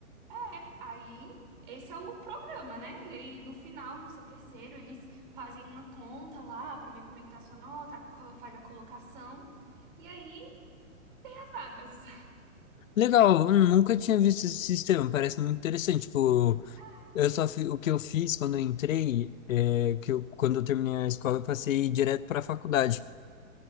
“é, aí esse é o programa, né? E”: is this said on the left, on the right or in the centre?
Right